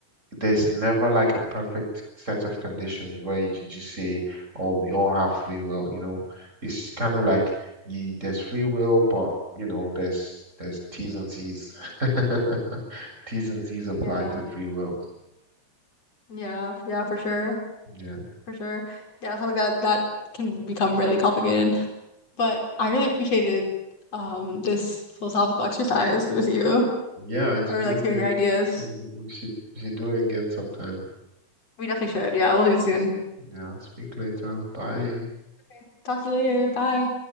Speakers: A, on the right; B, on the left.
A: there's never like a perfect set of conditions where you can just say, "Oh, we all have free will." You know, it's kind of like you, there's free will, but you know, there's there's T's and C's. <laughs> T's and C's apply
B: yeah,
A: to free will.
B: yeah, yeah, for sure,
A: Yeah. <laughs>
B: for sure. Yeah, something like that that can become really complicated. But I really appreciated um this philosophical exercise with you.
A: Yeah, it's
B: I really
A: really
B: liked hearing
A: good.
B: your ideas.
A: <laughs> We should, we should do it again sometime.
B: We definitely should. Yeah, we'll do it soon.
A: Yeah, speak later. Bye.
B: Okay. Talk to you later. Bye.